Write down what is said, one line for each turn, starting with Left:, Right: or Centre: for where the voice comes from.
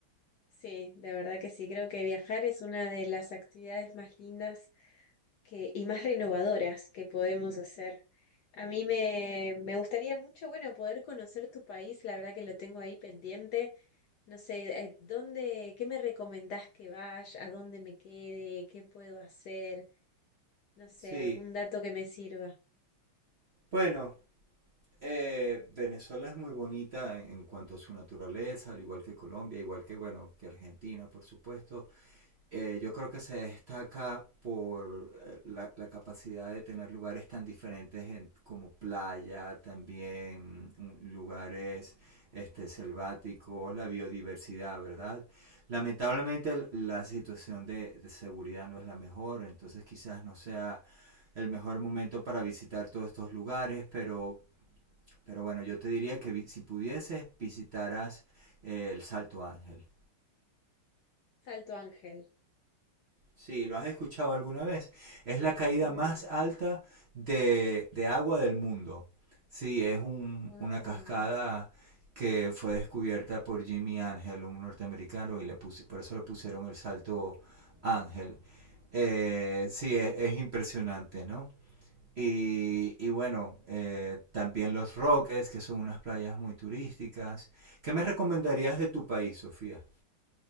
Left: Sí, de verdad que sí, creo que viajar es una de las actividades más lindas que, y más renovadoras que podemos hacer. A mí me, me gustaría mucho, bueno, poder conocer tu país, la verdad que lo tengo ahí pendiente. No sé, eh, ¿dónde, qué me recomendás que vaya, a dónde me quede, qué puedo hacer? No sé,
Right: Sí,
Left: algún dato que me sirva.
Right: bueno, eh, Venezuela es muy bonita en en cuanto a su naturaleza, al igual que Colombia, igual que, bueno, que Argentina, por supuesto. eh, yo creo que se destaca por eh, la, la capacidad de tener lugares tan diferentes en- como playa, también mm, lugares este, selváticos, la biodiversidad, ¿verdad? Lamentablemente l- la situación de, de seguridad no es la mejor, entonces quizás no sea el mejor momento para visitar todos estos lugares, pero, pero bueno, yo te diría que vi- si pudieses visitaras eh, el Salto Ángel.
Left: Salto Ángel.
Right: Sí, lo has escuchado alguna vez. Es la caída
Left: No.
Right: más alta de, de agua del mundo. Sí, es un-
Left: Wow.
Right: una cascada que fue descubierta por Jimmy Ángel, un norteamericano, y le pus- por eso le pusieron el salto Ángel. Eh, sí, es, es impresionante, ¿no? Y, y bueno, eh, también los Roques, que son unas playas muy turísticas. ¿Qué me recomendarías de tu país, Sofía?